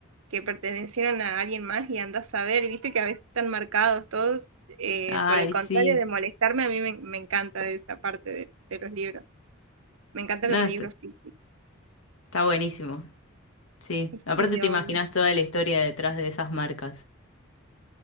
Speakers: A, on the right; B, on the left.
A: que pertenecieron a alguien más y andás a ver, viste que a veces están marcados todos. eh,
B: Ay,
A: por el contrario
B: sí.
A: de molestarme, a mí me, me encanta esa parte de, de los libros. Me encantan
B: No,
A: los libros
B: está,
A: físicos.
B: está buenísimo. Sí.
A: Sí,
B: Aparte te
A: obvio.
B: imaginas toda la historia detrás de esas marcas.